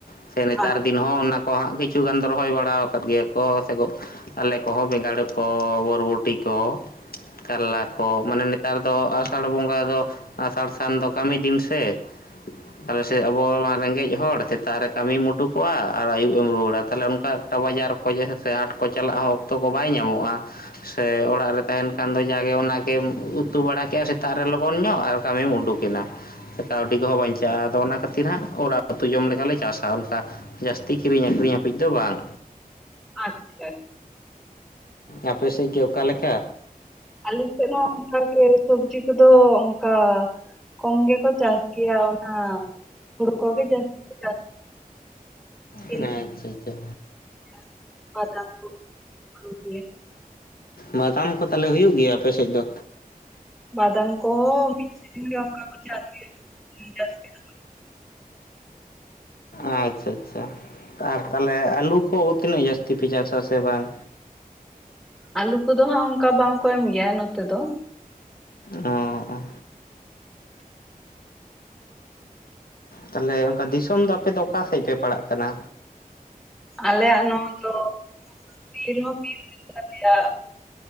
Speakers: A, on the left; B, in the centre.
A: ᱥᱮ ᱱᱮᱛᱟᱨ
B: ᱟᱪᱪᱷᱟ
A: ᱫᱤᱱ ᱦᱚᱸ ᱚᱱᱟ ᱠᱚ ᱦᱟᱸᱜ ᱠᱤᱪᱷᱩ ᱜᱟᱱ ᱫᱚ ᱨᱚᱦᱚᱭ ᱵᱟᱲᱟ ᱟᱠᱟᱫ ᱜᱮᱭᱟ ᱠᱚ᱾ ᱥᱮᱠᱚ ᱟᱞᱮ ᱠᱚᱦᱚᱸ ᱵᱮᱸᱜᱟᱲ ᱠᱚ ᱵᱚᱨᱵᱚᱴᱤ ᱠᱚ ᱠᱟᱨᱞᱟ ᱠᱚ, ᱢᱟᱱᱮ ᱱᱮᱛᱟᱨ ᱫᱚ ᱟᱥᱟᱲ ᱵᱚᱸᱜᱟ ᱫᱚ ᱟᱥᱟᱲ ᱥᱟᱱ ᱫᱚ ᱠᱟᱹᱢᱤ ᱫᱤᱱ ᱥᱮ ᱛᱟᱦᱞᱮ ᱥᱮ ᱟᱵᱚ ᱱᱚᱣᱟ ᱨᱮᱸᱜᱮᱡ ᱦᱚᱲ᱾ ᱥᱮᱛᱟᱜ ᱨᱮ ᱠᱟᱹᱢᱤ ᱩᱰᱩᱠᱚᱜᱼᱟ᱾ ᱟᱨ ᱟᱹᱭᱩᱵ ᱮᱢ ᱨᱩᱣᱟᱹᱲᱟ᱾ ᱛᱟᱦᱚᱞᱮ ᱚᱱᱠᱟ ᱮᱠᱴᱟ ᱵᱟᱡᱟᱨ ᱠᱚ ᱥᱮ ᱦᱟᱴ ᱠᱚ ᱪᱟᱞᱟᱜ ᱦᱚᱸ ᱚᱠᱛᱚ ᱠᱚ ᱵᱟᱭ ᱧᱟᱢᱚᱜᱼᱟ᱾ ᱥᱮ ᱚᱲᱟᱜ ᱨᱮ ᱛᱟᱦᱮᱱ ᱠᱷᱟᱱ ᱫᱚ ᱡᱟᱜᱮ ᱚᱱᱟ ᱜᱮᱢ ᱩᱛᱩ ᱵᱟᱲᱟ ᱠᱮᱜᱼᱟ, ᱥᱮᱛᱟᱜ ᱨᱮ ᱞᱚᱜᱚᱱ ᱧᱚᱜ ᱟᱨ ᱠᱟᱹᱢᱤᱢ ᱩᱰᱩᱠᱼᱟ᱾ ᱠᱟᱹᱣᱰᱤ ᱠᱚᱦᱚᱸ ᱵᱟᱧᱪᱟᱜᱼᱟ᱾ ᱟᱫᱚ ᱚᱱᱟ ᱠᱷᱟᱹᱛᱤᱨ ᱦᱟᱸᱜ ᱚᱲᱟᱜ ᱩᱛᱩ ᱡᱚᱢ ᱞᱮᱠᱟ ᱞᱮ ᱪᱟᱥᱟ᱾ ᱚᱱᱠᱟ ᱡᱟᱹᱥᱛᱤ ᱠᱤᱨᱤᱧ ᱟᱹᱠᱷᱨᱤᱧ ᱦᱟᱹᱵᱤᱡ ᱫᱚ ᱵᱟᱝ᱾
B: ᱟᱪᱪᱷᱟ᱾
A: ᱟᱯᱮ ᱥᱮᱫ ᱜᱮ ᱚᱠᱟ ᱞᱮᱠᱟ?
B: ᱟᱞᱮ ᱥᱮᱫ ᱦᱚᱸ ᱚᱱᱠᱟ ᱜᱮ, ᱥᱚᱵᱽᱡᱤ ᱠᱚᱫᱚ ᱚᱱᱠᱟ ᱠᱚᱢ ᱜᱮᱠᱚ ᱪᱟᱥ ᱜᱮᱭᱟ᱾ ᱚᱱᱟ ᱦᱩᱲᱩ ᱠᱚᱜᱮ ᱡᱟᱹᱥᱛᱤ ᱠᱚ ᱪᱟᱥ ᱜᱮᱭᱟ,
A: ᱟᱪᱪᱷᱟ ᱟᱪᱪᱷᱟ᱾
B: <unintelligible>
A: ᱵᱟᱫᱟᱢ ᱠᱚ ᱛᱟᱦᱚᱞᱮ ᱦᱩᱭᱩᱜ ᱜᱮᱭᱟ ᱟᱯᱮ ᱥᱮᱫ ᱫᱚ?
B: ᱵᱟᱫᱟᱢ ᱠᱚ <unintelligible> ᱥᱤᱡᱤᱱ ᱜᱮ ᱚᱱᱠᱟ ᱠᱚ ᱪᱟᱥ ᱜᱮᱭᱟ᱾ ᱡᱟᱹᱥᱛᱤ ᱫᱚ
A: ᱟᱪᱪᱷᱟ, ᱟᱪᱪᱷᱟ ᱟᱨ ᱛᱟᱦᱚᱞᱮ ᱟᱹᱞᱩ ᱠᱚ ᱛᱤᱱᱟᱹᱜ ᱡᱟᱹᱥᱛᱤ ᱯᱮ ᱪᱟᱥᱟ ᱥᱮ ᱵᱟᱝ?
B: ᱟᱞᱩ ᱠᱚᱫᱚ ᱦᱟᱸᱜ ᱚᱱᱠᱟ ᱵᱟᱝ ᱠᱚ ᱮᱢ ᱜᱮᱭᱟ ᱱᱚᱛᱮ ᱫᱚ᱾
A: ᱚᱻ ᱚᱸ᱾ ᱛᱟᱦᱞᱮ ᱚᱱᱠᱟ ᱫᱤᱥᱚᱢ ᱫᱚ ᱟᱯᱮ ᱫᱚ ᱚᱠᱟ ᱥᱮᱫ ᱯᱮ ᱯᱟᱲᱟᱜ ᱠᱟᱱᱟ?
B: ᱟᱞᱮᱭᱟᱜ ᱱᱚᱣᱟ ᱫᱚ ᱵᱤᱨ ᱦᱚᱸ <unintelligible> ᱜᱮ ᱛᱟᱞᱮᱭᱟ᱾